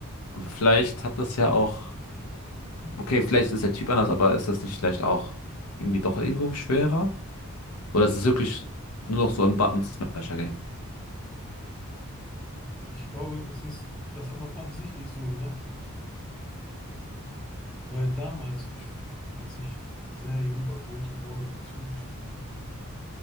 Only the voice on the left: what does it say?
Vielleicht hat das ja auch. Okay, vielleicht ist der Typ anders, aber ist das nicht vielleicht auch irgendwie doch irgendwo schwerer? Oder ist es wirklich nur noch so ein Button-Smasher-Game?